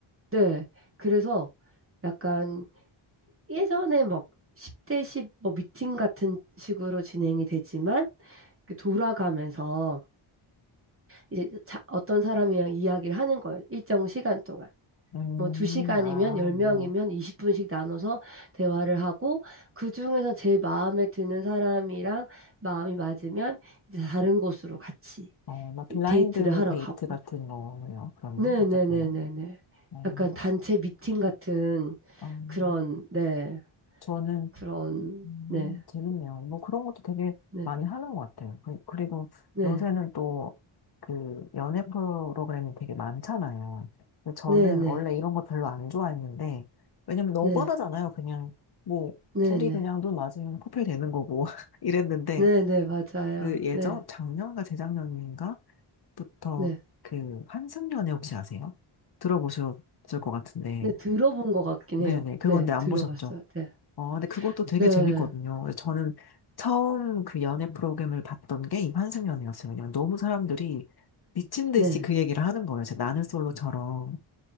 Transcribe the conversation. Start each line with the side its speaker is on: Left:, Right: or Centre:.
Right: 네. 그래서 약간 예전에 막 10대 10 뭐 미팅 같은 식으로 진행이 되지만 그 돌아가면서 이제 자- 어떤 사람이랑 이야기를 하는 거예요. 일정 시간 동안.
Left: 음,
Right: 뭐 2시간이면
Left: 아,
Right: 10명이면
Left: 뭐,
Right: 20분씩 나눠서 대화를 하고 그중에서 제일 마음에 드는 사람이랑 마음이 맞으면 이제 다른 곳으로 같이
Left: 어, 막 블라인드
Right: 데이트를 하러
Left: 데이트
Right: 가고.
Left: 같은 거예요, 그러면,
Right: 네네네네네.
Left: 어쨌거나. 음,
Right: 약간 단체 미팅 같은
Left: 음,
Right: 그런, 네.
Left: 저는,
Right: 그런
Left: 음,
Right: 네.
Left: 재밌네요. 뭐 그런 것도 되게
Right: 네.
Left: 많이 하는 것 같아요. 그- 그리고
Right: 네.
Left: 요새는 또, 그, 연애 프로그램이 되게 많잖아요. 근데 저는
Right: 네 네.
Left: 원래 이런 거 별로 안 좋아했는데, 왜냐면 너무
Right: 네.
Left: 뻔하잖아요. 그냥, 뭐,
Right: 네
Left: 둘이
Right: 네.
Left: 그냥 눈 맞으면 커플 되는 거고, <laughs> 이랬는데,
Right: 네 네. 맞아요.
Left: 그 예전,
Right: 네.
Left: 작년과 재작년인가? 부터
Right: 네.
Left: 그 환승연애 혹시 아세요? 들어보셨을 것 같은데.
Right: 네. 들어본 것 같긴
Left: 네네.
Right: 해요.
Left: 그건데
Right: 네.
Left: 안
Right: 들어봤어요.
Left: 보셨죠?
Right: 네.
Left: 어, 근데 그것도 되게
Right: 네.
Left: 재밌거든요. 저는 처음 그 연애 프로그램을 봤던 게 이 환승연애였어요. 왜냐면 너무 사람들이 미친 듯이
Right: 네.
Left: 그 얘기를 하는 거예요. 제 나는 솔로처럼.